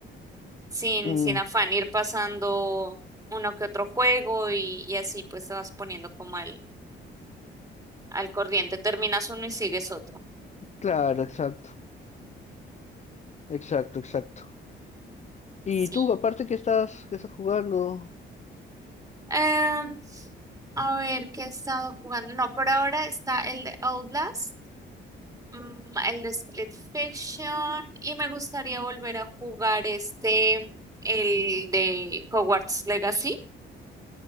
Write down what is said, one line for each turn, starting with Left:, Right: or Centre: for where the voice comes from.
Right: Sin,
Left: Mm,
Right: sin afán, ir pasando uno que otro juego y, y así pues te vas poniendo como al, al corriente. Terminas uno y sigues otro.
Left: claro, exacto, exacto, exacto. Y
Right: Sí.
Left: tú, aparte que estás, que estás jugando,
Right: Eh, a ver, ¿qué he estado jugando? No, por ahora está el de Outlast, mm, el de Split Fiction, y me gustaría volver a jugar este, el de Hogwarts Legacy,